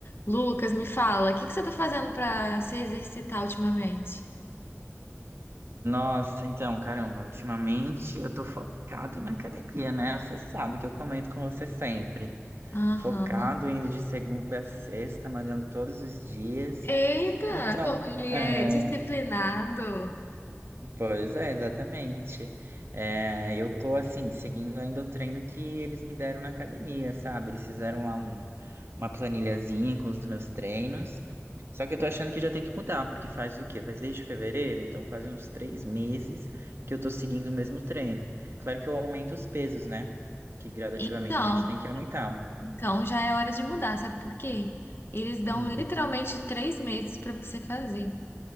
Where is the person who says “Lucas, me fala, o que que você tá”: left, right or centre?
Left